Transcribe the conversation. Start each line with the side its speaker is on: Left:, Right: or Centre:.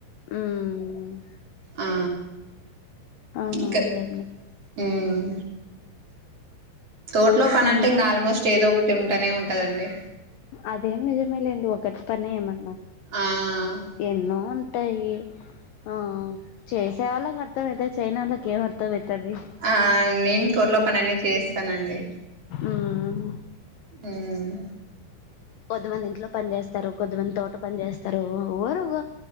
Left: ఉమ్
Right: ఆ
Left: అవును
Right: ఇంకా
Left: అవునులెండి
Right: ఉమ్ తోటలో పనంటే
Left: మరి
Right: ఇంకా ఆల్మోస్ట్ చే దోఒకటి ఉంటనే ఉంటదండి
Left: అదేం నిజమే లేండి ఒకటి పని ఏమన్నా
Right: ఆ
Left: ఎన్నో ఉన్ ట్టాయి ఆ చేసే వాళ్ళకి అర్థం అయితది చెయ్యనాల్లకి ఏం అర్థం అయితది
Right: అ ఆ నేను తోటలో పని అన్ని చేస్తానండి
Left: ఉమ్
Right: ఉమ్
Left: కొద్దిమంది ఇంట్లో పని జేస్తరు, కొద్దిమంది తోట పని జేస్తరు ఒ ఒవ్వరు ఓగ